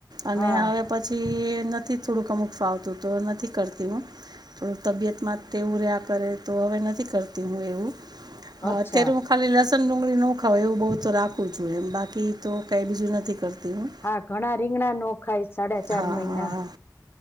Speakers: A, on the right; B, on the left.
A: અને
B: હા
A: હવે પછી નથી થોડુંક અમુક ફાવ તો તો નથી કરતી હું થોડું તબિયતમાં તેવું રહ્યા કરે તો હવે નથી કરતી હું એવું. હા
B: અચ્છા
A: તેર હું ખાલી લસ સન ડુંગળી નો ખવાય એવું બહુ તો રાખવું જોઈએ એમ બાકી તો કાઈ બીજું નથી કરતી. હું
B: હા ઘણા રીંગણાનો ખાય સાડા ચાર
A: હા
B: મહિના
A: હા હા